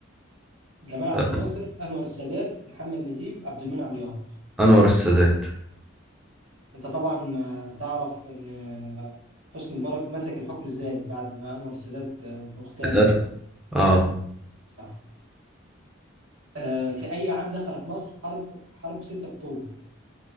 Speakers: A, on the right; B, in the centre.
A: جمال عبد
B: آه،
A: الناصر انور السادات محمد نجيب عبد المنعم لياقوت
B: أنور السادات
A: انت طبعا آه، تعرف ان آه، حسني مبارك مسك الحكم ازاي بعد ما انور السادات آه، اغتال
B: الأدب
A: يعني
B: آه
A: صح آه، في اي عام دخلت مصر حرب حرب 6 اكتوبر